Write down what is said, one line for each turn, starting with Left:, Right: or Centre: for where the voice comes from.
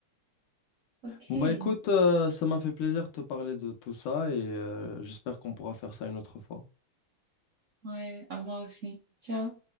Right: Ok.
Left: Bon bah écoute, euh, ça m'a fait plaisir de te parler de tout ça et euh, j'espère qu'on pourra faire ça une autre fois.
Right: Ouais, à moi aussi. Ciao.